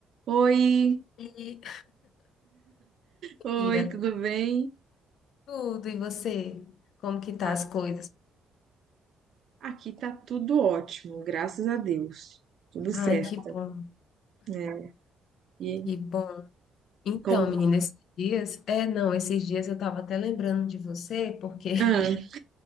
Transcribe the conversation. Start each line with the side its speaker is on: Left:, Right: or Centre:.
Right: Oi,
Left: E
Right: oi,
Left: amiga,
Right: tudo bem?
Left: tudo, e você? Como que tá
Right: Ah,
Left: as coisas?
Right: aqui tá tudo ótimo, graças a Deus. Tudo certo,
Left: Ai, que bom,
Right: né? E
Left: que bom. Então,
Right: como...
Left: menina, esses dias, é, não, esses dias eu tava até lembrando de você, porque
Right: Ah,